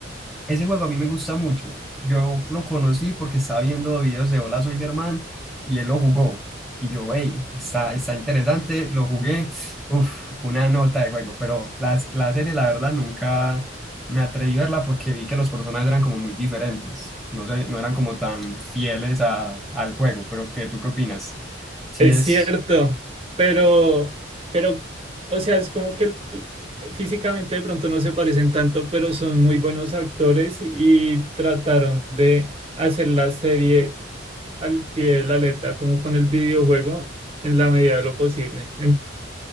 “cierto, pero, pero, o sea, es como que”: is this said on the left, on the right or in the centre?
Right